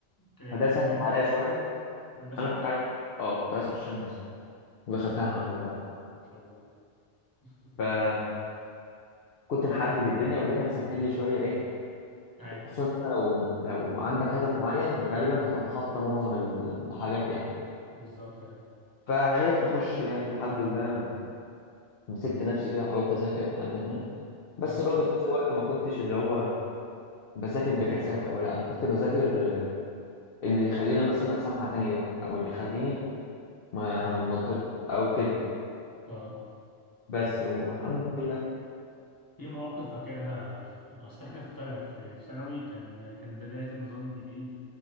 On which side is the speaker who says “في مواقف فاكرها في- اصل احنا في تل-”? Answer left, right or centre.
Left